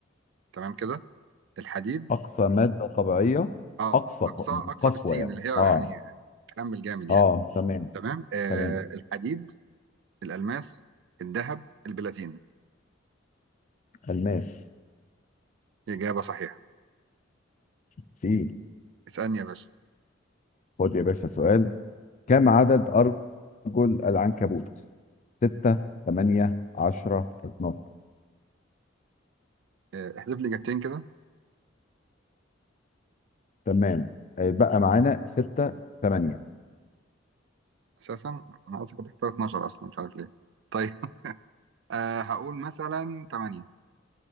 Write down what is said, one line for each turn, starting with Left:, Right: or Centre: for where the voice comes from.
Right: تمام كده الحديد
Left: أقصى مادة طبيعية
Right: اه
Left: أقصى
Right: أقصى
Left: ق-
Right: أقصى
Left: قسوة
Right: بالسين
Left: يعني
Right: اللي هي
Left: آه
Right: يعني تحمل جامد يعني
Left: آه تمام
Right: تمام آه.
Left: تمام
Right: الحديد الألماس الذهب البلاتين
Left: الماس
Right: إجابة صحيحة
Left: سي
Right: اسألني يا باشا
Left: خد يا باشا سؤال كم عدد أرجل العنكبوت؟ ستة تمانية عشرة 12
Right: آه. احذف لي إجابتين كده
Left: تمام هيبقى معانا ستة تمانية
Right: أساسا أنا أصلا كنت اختار 12 أصلا مش عارف ليه طيب <laughs> آه. هقول مثلا 8